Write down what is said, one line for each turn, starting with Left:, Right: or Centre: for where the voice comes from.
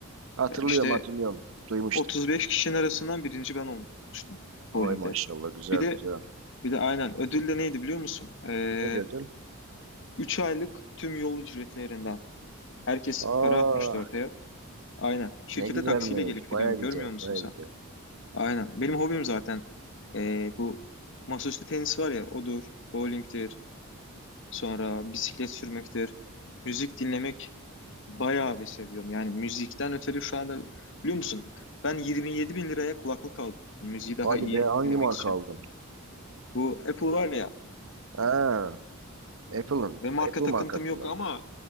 Right: Hatırlıyorum
Left: e, işte
Right: hatırlıyorum. Duymuştum.
Left: 35 kişinin arasından birinci ben olmuştum
Right: Ay
Left: bowling'de.
Right: maşallah güzel
Left: Bir de
Right: güzel.
Left: bir de aynen ödül de neydi biliyor musun? E,
Right: Ne diyordun?
Left: 3 aylık tüm yol ücretlerinden herkes
Right: Aa
Left: para atmıştı ortaya. Aynen. Şirkete
Right: ne güzelmiş.
Left: taksiyle gelip gidiyorum.
Right: Baya güzel
Left: Görmüyor musun
Right: baya
Left: sen?
Right: güzel.
Left: Aynen. Benim hobim zaten e, bu masaüstü tenis var ya odur, bowling'tir. Sonra bisiklet sürmektir. Müzik dinlemek bayağı bir seviyorum. Yani müzikten ötürü şu anda biliyor musun? Ben 27 bin liraya kulaklık aldım. Müziği daha
Right: Hadi
Left: iyi
Right: be hangi
Left: dinlemek
Right: marka
Left: için.
Right: aldın?
Left: Bu Apple var ya
Right: Ha Apple'ın.
Left: ve marka
Right: Apple
Left: takıntım
Right: markası
Left: yok
Right: mı?
Left: ama